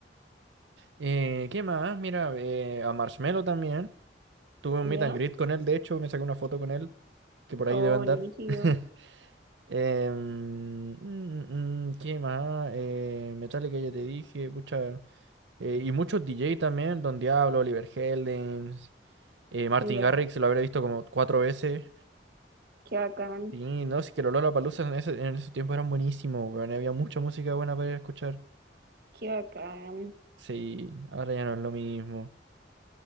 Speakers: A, on the right; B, on the right.
A: Eh, ¿qué más? Mira, eh, a Marshmello también. Tuve un
B: ¿ya?
A: meet and greet con él, de hecho, me saqué una foto con él, que por ahí
B: Oh,
A: debe andar.
B: rígido.
A: <laughs> Em, mm, mm, mm, ¿qué más? Eh, Metallica ya te dije, pucha. eh, y muchos DJ también, Don Diablo, Oliver Heldens, eh, Martin
B: Ya,
A: Garrix, lo habré visto como cuatro veces.
B: qué bacán,
A: Y no, sí que los Lollapaloozas en ese, en esos tiempos eran buenísimos, weón, Había mucha música buena para ir a escuchar.
B: qué bacán.
A: Sí, ahora ya no es lo mismo.